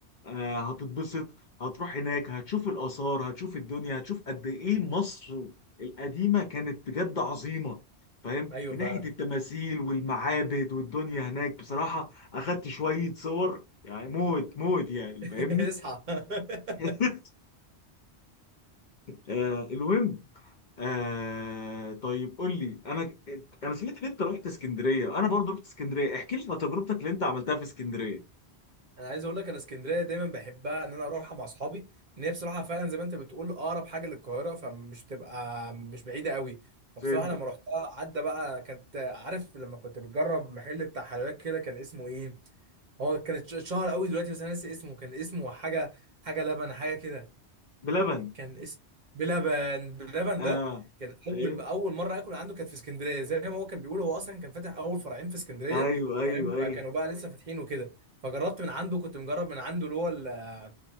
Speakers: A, on the left; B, on the right.
A: آه، هتتبسط هتروح هناك هتشوف الآثار هتشوف الدنيا هتشوف قد إيه مصر القديمة كانت بجد عظيمة فاهم
B: ايوه
A: من
B: فعلا
A: ناحية التماثيل والمعابد والدنيا هناك بصراحة
B: مم.
A: أخدت شوية صور يعني موت موت يعني
B: <laughs>
A: فاهمني
B: اصحى <laughs>
A: <laughs> آه المهم آه طيب قول لي انا انا سمعت ان انت رحت اسكندريه انا برضو رحت اسكندريه احكي لي عن تجربتك اللي انت عملتها في اسكندريه
B: انا عايز اقول لك انا اسكندريه دايما بحبها ان انا اروحها مع اصحابي ان هي بصراحه فعلا زي ما انت بتقول اقرب حاجه للقاهره فمش بتبقى مش بعيده قوي فبصراحه
A: فهمتك
B: لما رحتها عدى بقى كانت عارف لما كنت بتجرب محل بتاع حلويات كده كان اسمه ايه هو كانت اتشهر قوي دلوقتي بس انا ناسي اسمه كان اسمه حاجه حاجه لبن حاجه كده
A: بلبن
B: كان اسم بلبن بلبن
A: اه
B: ده كان اول
A: ايوه
B: اول مره اكل عنده كانت في اسكندريه زي ما هو كان بيقول هو اصلا كان فاتح اول فرعين في اسكندريه
A: ايوه ايوه
B: فاهم
A: ايوه
B: فكانوا بقى لسه فاتحين وكده فجربت من عنده كنت مجرب من عنده اللي هو ال-